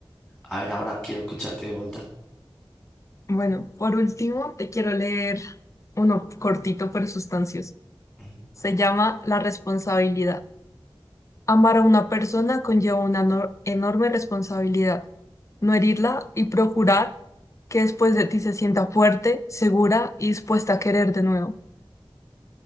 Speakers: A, in the centre; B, on the left.
A: A ver, ahora quiero escucharte de vuelta.
B: Bueno, por último, te quiero leer uno cortito pero sustancioso.
A: Ujú.
B: Se llama La responsabilidad. Amar a una persona conlleva una no- enorme responsabilidad no herirla y procurar que después de ti se sienta fuerte, segura y dispuesta a querer de nuevo.